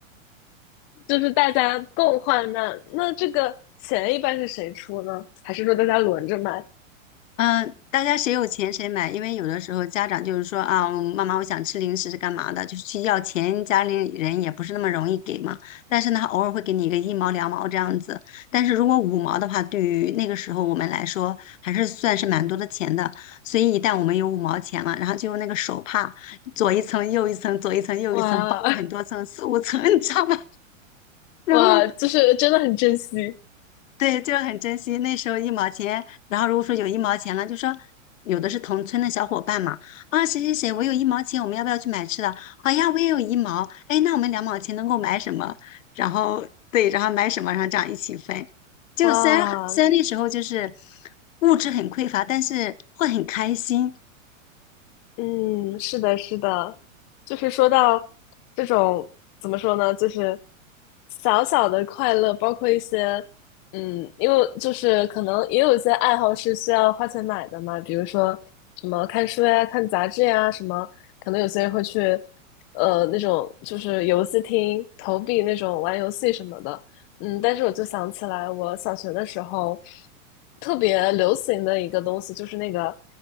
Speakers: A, on the left; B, on the left.
A: 就是大家共患难。那这个钱一般是谁出呢？还是说大家轮着买？
B: 嗯，大家谁有钱谁买，因为有的时候家长就是说啊，妈妈我想吃零食是干嘛的，就是去要钱，家里人也不是那么容易给嘛。但是呢，他偶尔会给你一个一毛两毛这样子，但是如果五毛的话，对于那个时候我们来说还是算是蛮多的钱的。
A: 嗯，
B: 所以一旦我们有五毛钱了，然后就用那个手帕左一层右一层，左一层右一层，
A: 哇
B: 包了很多层，四五层，<laughs> 你知道吗？
A: <laughs>
B: 然后
A: 哇，就是真的很珍惜
B: 对，就是很珍惜那时候一毛钱。然后如果说有一毛钱了，就说有的是同村的小伙伴嘛，啊，谁谁谁，我有一毛钱，我们要不要去买吃的？好呀，我也有一毛，哎，那我们两毛钱能够买什么？然后对，然后买什么，然后这样一起分。就虽然很虽然那时候就是
A: 哇！
B: 物质很匮乏，但是会很开心。
A: 嗯，是的，是的，就是说到这种怎么说呢，就是小小的快乐，包括一些嗯，因为就是可能也有一些爱好是需要花钱买的嘛，比如说什么看书呀、看杂志呀，什么可能有些人会去呃那种就是游戏厅投币那种玩游戏什么的，嗯，但是我就想起来，我小学的时候特别流行的一个东西就是那个